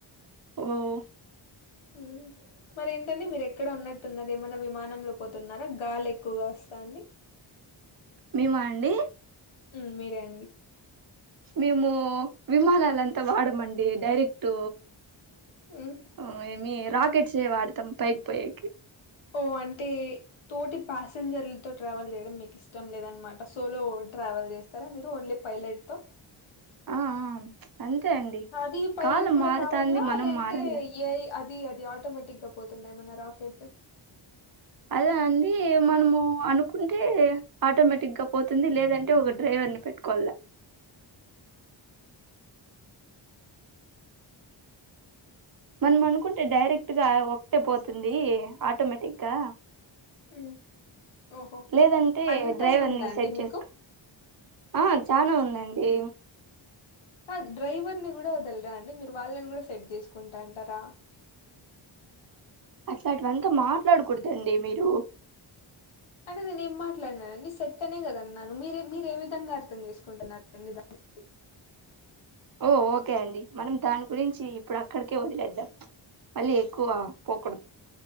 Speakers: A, on the right; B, on the left.
A: ఉమ్
B: హమ్ మరే ఏంటండి మీరు ఎక్కడ ఉన్నట్టున్నారు ఏమన్నా విమానంలో పోతున్నారా గాలి ఎక్కువగా వస్తాది
A: మేమండి
B: హమ్ మీ రే అండి
A: మే ము విమానాలంతా వాడమండి డైరెక్ట్
B: మ్మ్
A: హు మేము రాకెట్సే వాడతాం పైకి పోయేకి
B: ఓ అంటే తోటి ప్యాసెంజర్లతో ట్రావెల్ చేయడం మీకు ఇష్టం లేదనమాట సోలో పోవటం ట్రావెల్ చేస్తారా మీరు ఓన్లీ పైలట్ తో
A: ఆ ఆ అంతే అండి
B: అది పైలట్
A: కాలం
B: కూడా
A: మారుతాంది
B: కావాలా
A: మనం
B: లేంటే
A: మారల్ల
B: ఏ ఐ అది అది ఆటోమేటిక్ గా పోతుందా ఏమన్నా రాకెట్
A: అవునండి మనము అనుకుంటే ఆటోమేటిక్ గా పోతుంది లేదంటే ఒక డ్రైవర్ పెళ్లికెట్టుకోళ్ల మనం అనుకుంటే డైరెక్టగా ఒకటే పోతుంది ఆటోమేటికగా
B: మ్మ్ ఓహో
A: లేదంటే
B: అంత
A: డ్రైవర్
B: సీన్ ఉందా
A: ని
B: అండి
A: సెట్
B: మీకు
A: చేసుకో ఆ చానా ఉందండి
B: కాద్ డ్రైవర్ ని కూడా వదలరా అండి మీరు వాళ్ళని కూడా సెట్ చేసుకుంటా ఉంటారా
A: ఇట్లాంటివి అంతా మాట్లాడకూడదండి మీరు
B: <unintelligible> నే ఏం మాట్లాడినానండి సెట్ అనే కదా అన్నాను మీరే మీరు ఏ విధంగా అర్థం చేసుకుంటున్నారండి దాన్ని <inaudible>
A: ఓ ఓకే అండి మనం దాని గురించి ఇప్పుడు అక్కడికే వదిలేద్దాం మళ్ళీ ఎక్కువ పోకూడదు